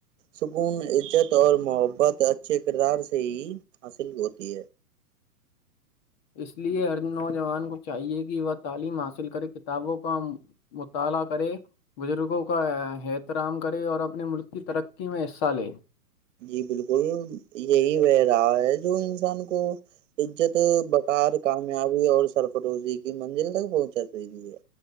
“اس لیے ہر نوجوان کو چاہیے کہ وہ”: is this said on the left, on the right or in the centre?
Left